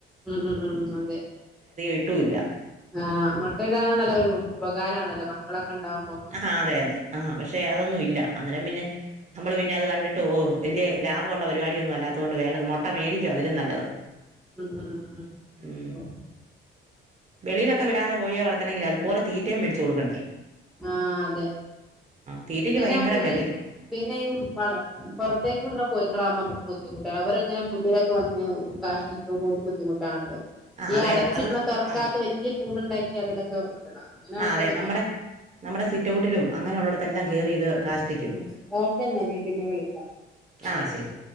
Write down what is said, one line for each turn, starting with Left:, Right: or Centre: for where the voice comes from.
Centre: ഉം ഉം ഉം അതെ
Right: ഇട്ടുമില്ല
Centre: ആഹ് മുട്ടയിടാനാണല്ലോ അവര് ഉപകാരാണല്ലോ മക്കളൊക്കെ ഉണ്ടാവുമ്പോ ഉം
Right: അ ആഹ് അതെ അതെ ആഹ് പക്ഷെ അതൊന്നും ഇല്ല അന്നേരം പിന്നെ നമ്മള് പിന്നെ അത് കണ്ടിട്ട് ഓ വല്യ ലാഭോള്ള പരിപാടിയൊന്ന് വല്ലാത്തോണ്ട് വേണ്ട മുട്ട മേടിക്കുവ അതിലും നല്ലത്
Centre: ഉം ഉം ഉം
Right: ഉം
Centre: അതെ
Right: വെളിലൊക്കെ വിടാതെ കോഴിയെ വളർത്തണെങ്കില് അതുപോലെ തീറ്റയും മേടിച്ചുകൊടുക്കണ്ടേ
Centre: ആഹ് അതെ
Right: തീറ്റയ്ക്ക്
Centre: പിന്നാവുമ്പം
Right: ഭയങ്കരം വിലയാ
Centre: ഈ പിന്നെ ഈ വളർ പൊറത്തേക്ക് വിട്ണ കോഴി മക്കളാവുമ്പം ഞമ്മക്ക് ബുദ്ധിമുട്ടാണ് അവരെങ്ങനെ മുന്നിലൊക്കെ വന്ന് കാഷ്ട്ടിക്കുമ്പോ ഒരു ബുദ്ധിമുട്ടാണല്ലോ
Right: ആ
Centre: ഈ
Right: അതെ
Centre: അടച്ചിടുന്ന
Right: അതെ അത്
Centre: തൊറക്കാത്ത
Right: ആ
Centre: വല്യ കൂടുണ്ടാക്കി അതിലൊക്കെ വിടണം അങ്ങനെ
Right: ആ
Centre: ആകുമ്പം
Right: അതെ
Centre: പിന്നെ
Right: നമ്മുടെ നമ്മുടെ സിറ്റൗട്ടിലും അങ്ങനൊള്ളെട്ത്തെല്ലാം കയറി ഇത്
Centre: ഉം
Right: കാഷ്ടിക്കും
Centre: ഓക്കെന്നാ ഞാൻ പിന്നെ വിളിക്കാം
Right: ആഹ് ശരി